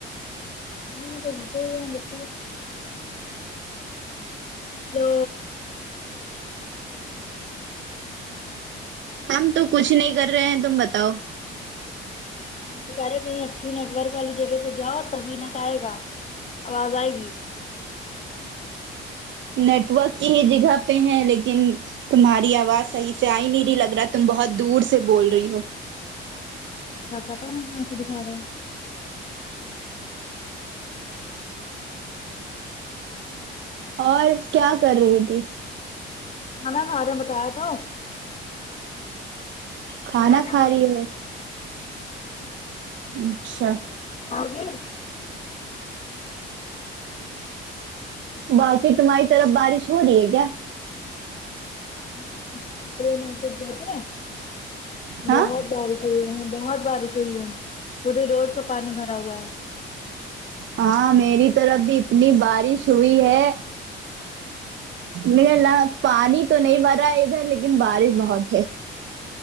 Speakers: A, on the left; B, on the right.
A: <inaudible> دو
B: ہم تو کچھ نہیں کر رہے ہیں تم بتاؤ
A: تمہارے کہیں اچھی نیٹ ورک والی جگہ پہ جاؤ تبھی نیٹ آئے گا آواز آئے گی
B: نیٹورک کی ہی جگہ پہ ہے لیکن تمہاری آواز صحیح سے آئی نہیں رہی لگ رہا تم بہت دور سے بول رہی ہو
A: بقا تو نہیں اسے دکھا رہے ہیں
B: اور کیا کر رہی تھی
A: کھانا کھا رہے ہیں بتایا تو قیمہ
B: کھانا
A: چاول
B: کھا رہی ہو اچھا
A: آگے
B: باقی تمہاری طرف بارش ہو رہی ہے کیا
A: نہ ادھر تو <unintelligible>
B: ہاں
A: بہت بارش بہت بارش ہوئی ہے پورے روڈ پہ پانی بھرا ہوا ہے
B: ہاں میری طرف بھی اتنی بارش ہوئی ہے میلا پانی تو نہیں بھرا ہے ادھر لیکن بارش بہت ہے